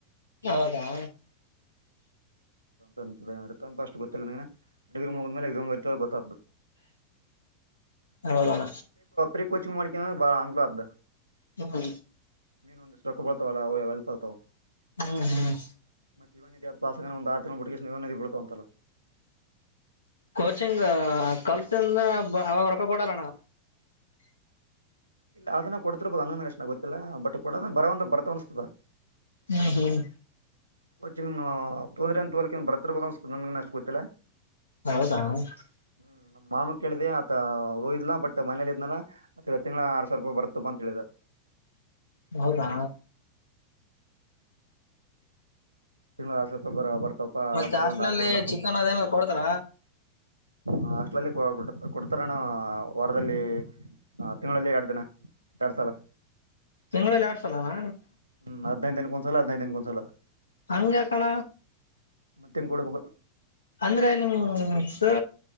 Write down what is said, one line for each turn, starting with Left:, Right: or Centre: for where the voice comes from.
Left: ಹೌದಾ
Right: ಹ್ಮ್ಮ್. ತಪ ಅಷ್ಟು ಗೊತ್ತಿಲ್ಲ ನಗೆ ಡಿಗ್ರಗ ಮಲೆ ಎಕ್್ರ್ತ ಗೊತ್ತ
Left: ಹದಣ
Right: ರಿ ಕೋಚಿಂಗ ಮಾಡಕ ಬಾ ಆಂಗ್ಲ ಅದ.
Left: ಹ್ಮ.
Right: ಮೀನು ಒಂದಷ್ಟುೊಕ್ಕ ಬಡ್ತಾವ ಅಲ್ಲಲ್ಪಡ್ತಾವವು.
Left: ಹ್ಮ್ ಹ್ಮ್.
Right: ಮತ್ತೆ ಇವನ ಅ ಪಾಸಗ ಒಂದಂದು ಆರು ತಿ ಬಿಟ್ಟಿಗೆ ಸ್ ಇವನ ಬಿಡ್ತಾವ ಅಂತಲ್ಲ.
Left: ಕಚಿಂಗ್ ಕಲ್ತಿಂದ ವರಕ ಕೊೂಡಾಲಣ್ಣ.
Right: ಇಲ್ಲ ಅದನ್ನ ಕೊಡ್ತಿರಬದು ಅ ನನಷ್ಟ ಗೊತ್ತಿಲ್ಲ ಬಟ್ ಡ ಬರುವಂತ ಬರ್ತಾ ಅನಿಸ್ತದ
Left: ಹ್ಮ್ ಹ್ಮ್
Right: ಕೋಚಿ ನಿಮ ತೊಂದ್ರ ಅಂತೋಲಿಕ ಬರ್ತಿರ್ಬೋ ಅನ್ ಅಷ್ಟ ಗೊತ್ತಿಲ್ಲ
Left: ಹೌದಾ <unintelligible>
Right: ಹ್ಮ್ ನಮ್ಮ ಮಾಮ ಕೇಳಿದ ಆತ ಹೋಗಿದ್ಲಾ ಬಟ್ ಮನೇಲಿ ಇದ್ನಲ್ಲ ಆತ್ಗ ತಿಂಗಳಳ ಆರ್ ಸಾವಿರ ರೂಪಾಯಿ ಬರುತ್ತಪ್ಪ ಅಂತ ಹೇಳಿದ
Left: ಹೌದಾ
Right: ತಿಂಗಳ ಆರ್ ಸಾವಿರ ರೂಪಾಯಿ ಬರ್ತಪ್ಪ
Left: ಮತ್ತೆ
Right: ಆರಾಮ್ಸರಿ
Left: ಹಾಸ್ಲಲ್ಲಿ
Right: ಒಂದ್ ಆರ್ ತಿಂಗಳ ಬರ್ತಪ್ಪ
Left: ಚಿಕನ್ ಅದೇನ ಕೊಡ್ತಾರ
Right: ಹ ಅಷ್ಟರಲ್ಲಿ ಕೊಡ್ತಾರಣ ವಾರದಲ್ಲಿ ತಿಂಗಳಲ್ಲಿ ಎರಡು ದಿನ ಎರಡು ಸಲ
Left: ತಿಂಲ್ಲಿ ಆಡ್ಸಲ್ಲಲ್ಲ
Right: ಹ್ಮ್ ಹದ್ೈದು ದಿನ ಒಂದು ಹದಿನೆಂದು ದಿನಕೊನ್ಸಲ
Left: ಹಗೆ ಕಣ
Right: ಮತ್ತೆ ಹೆಂಗ ಕೊಡ್ಬೇಕ <unintelligible>
Left: ಅಂದ್ರೆ ನಿಮ ಸ